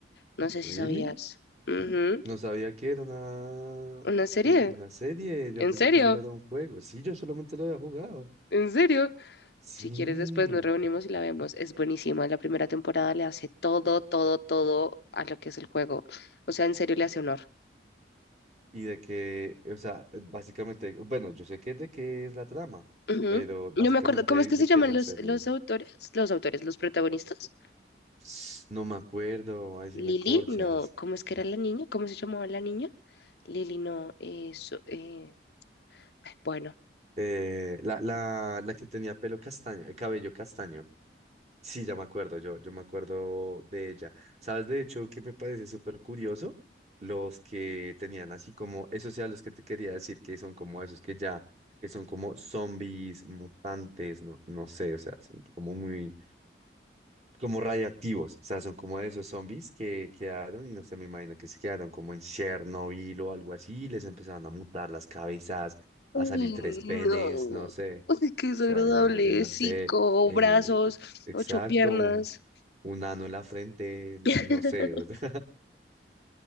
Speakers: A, on the left; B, on the right.
A: No sé
B: ¿really?
A: si sabías. Ujú,
B: No sabía que era una,
A: Una serie.
B: eh, una serie, yo
A: ¿En
B: pensé
A: serio?
B: que solo era un juego, sí, yo solamente lo había jugado,
A: ¿En serio?
B: sí.
A: Si quieres, después nos reunimos y la vemos. Es buenísima. La primera temporada le hace todo, todo, todo a lo que es el juego. O sea, en serio le hace honor.
B: Y de que, o sea, básicamente, bueno, yo sé que de qué es la trama,
A: Ujú.
B: pero básicamente
A: No me acuerdo. ¿Cómo es que
B: de
A: se llaman
B: qué es la
A: los,
B: serie.
A: los autores? Los autores, los protagonistas.
B: <sniffs> No me acuerdo, ahí sí
A: Lili,
B: me corchas.
A: no. ¿Cómo es que era la niña? ¿Cómo se llamaba la niña? Lili, no. Eso, eh, bueno.
B: Eh, la, la, la que tenía pelo castaño, eh, cabello castaño. Sí, ya me acuerdo, yo, yo me acuerdo de ella. ¿Sabes de hecho que me parece súper curioso? Los que tenían así como, esos sea los que te quería decir que son como esos que ya, que son como zombies, mutantes, no, no sé, o sea, son como muy como radioactivos, o sea, son como de esos zombies que quedaron y no sé, me imagino que se quedaron como en Chernobyl o algo así, y les empezaron a mutar las cabezas,
A: Uy,
B: a salir tres penes,
A: No,
B: no sé, o
A: Ay, qué desagradable.
B: sea, imagínate, no
A: Cinco
B: sé, eh,
A: brazos,
B: exacto,
A: ocho piernas
B: un, un ano en la frente, no,
A: <laughs>
B: no sé, o sea,